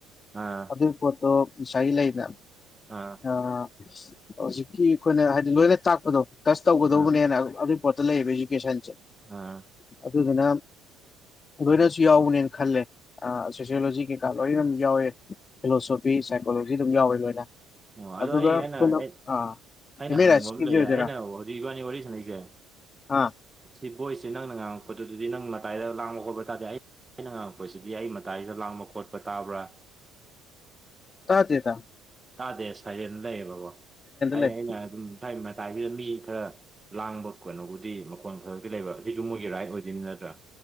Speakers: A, on the right (about 20°); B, on the left (about 35°).
A: ꯑꯥ
B: ꯑꯗꯨꯏ ꯄꯣꯠꯇꯣ ꯉꯁꯥꯏꯒꯤ ꯂꯩꯅ
A: ꯑꯥ
B: ꯑꯥ ꯍꯧꯖꯤꯛꯀꯤ ꯏꯈꯣꯏꯅ ꯍꯥꯏꯗꯤ ꯂꯣꯏꯅ ꯇꯥꯛꯄꯗꯣ ꯇꯁ ꯇꯧꯒꯗꯧꯕꯅꯦꯅ
A: ꯑꯥ
B: ꯑꯗꯨ ꯄ‌ꯣꯠꯇ‌ꯣ ꯂꯩꯕꯥꯒꯤ ꯀꯦꯁꯟꯁ‌ꯦ
A: ꯅꯥ
B: ꯑꯗꯨꯗꯨꯅꯥꯝ ꯂꯣꯏꯅꯁꯨ ꯌꯥꯎꯕꯥꯅꯦꯅ ꯈꯜꯂꯦ ꯑꯥ ꯁꯣꯁꯤꯌꯣ ꯂꯣꯖꯤꯒꯤ ꯀ ꯂꯣꯏꯅꯝ ꯌꯥꯎꯋꯦ ꯐꯤꯂꯣꯁꯣꯐꯤ ꯁꯥꯏꯀꯣꯂꯣꯖꯤ ꯗꯨꯝ ꯌꯥꯎꯋꯦ ꯂꯣꯏꯅ
A: ꯑꯣ
B: ꯑꯗꯨꯒ
A: ꯑꯗꯣ ꯑꯩ
B: ꯑꯩꯈꯣꯏꯅ
A: ꯏꯍꯥꯟ ꯍꯥꯟꯅ ꯑꯩ
B: ꯑꯥ
A: ꯑꯩꯅ
B: ꯍ꯭ꯌꯨꯃꯦꯟ
A: ꯍꯪꯅꯤꯡꯕ
B: ꯔꯥꯏꯠꯁꯀꯤꯗꯤ
A: ꯑꯝ ꯂꯩꯌꯦ
B: ꯑꯣꯏꯗꯣꯏꯔꯥ
A: ꯑꯩꯅ ꯍꯧꯖꯤꯛ ꯏꯕꯥꯅꯤ ꯋꯥꯔꯤ ꯁꯥꯅꯩꯁꯦ
B: ꯑꯥ
A: ꯁꯤ ꯕꯣꯏꯁꯁꯦ ꯅꯪꯅ ꯉꯥꯉꯛ ꯄꯗꯨꯗꯨꯗꯤ ꯅꯪ ꯃꯇꯥꯏꯗ ꯂꯥꯡꯕ ꯈꯣꯠꯄ ꯇꯥꯗ‌ꯦ ꯑꯩ ꯑꯩꯅ ꯉꯥꯉꯛ ꯄꯁꯤꯗꯤ ꯑꯩ ꯃꯇꯥꯏꯗ ꯂꯥꯡꯕ ꯈꯣꯠꯄ ꯇꯕ꯭ꯔꯥ
B: ꯇꯥꯗ‌ꯦ ꯗꯥ
A: ꯇꯥꯗꯦ ꯁꯥꯏꯂ‌ꯦꯟ ꯂꯩꯌꯦꯕꯒ‌ꯣ ꯑꯩ
B: ꯂꯩ
A: ꯑꯩꯅ ꯑꯗꯨꯝ ꯁꯥꯏ ꯃꯇꯥꯏꯁꯤꯗ ꯃꯤ ꯈꯔ ꯂꯥꯡꯕ ꯀꯩꯅꯣꯕꯨꯗꯤ ꯄ‌ꯣꯟ ꯈꯔꯈꯛꯇꯤ ꯂꯩꯕ ꯁꯤꯁꯨ ꯃꯣꯏꯒꯤ ꯔꯥꯏꯠ ꯑꯣꯏꯗꯣꯏꯅꯤ ꯅꯠꯇ꯭ꯔꯥ